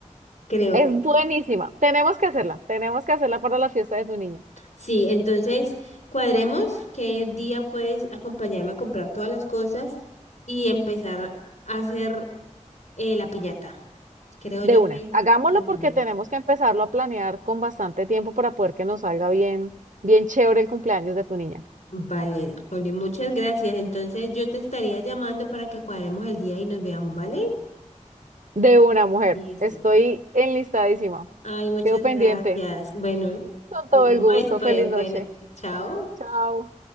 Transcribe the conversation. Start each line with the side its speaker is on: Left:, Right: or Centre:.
Left: Creo.
Right: es buenísima. Tenemos que hacerla, tenemos que hacerla para la fiesta de tu niño.
Left: Sí, entonces cuadremos qué día puedes acompañarme a comprar todas las cosas y empezar a hacer eh, la piñata. Creo
Right: De
Left: yo
Right: una,
Left: que es
Right: hagámoslo
Left: la piñata.
Right: porque tenemos que empezarlo a planear con bastante tiempo para poder que nos salga bien, bien chévere el cumpleaños de tu niña.
Left: Vale, Oli, muchas gracias. Entonces yo te estaría llamando para que cuadremos el día y nos veamos, ¿vale?
Right: De una, mujer.
Left: Listo.
Right: Estoy enlistadísima.
Left: Ay, muchas
Right: Quedo pendiente.
Left: gracias. Bueno,
Right: Con
Left: te
Right: todo
Left: llamo
Right: el gusto.
Left: después.
Right: Feliz noche.
Left: Bueno, chao.
Right: Chao.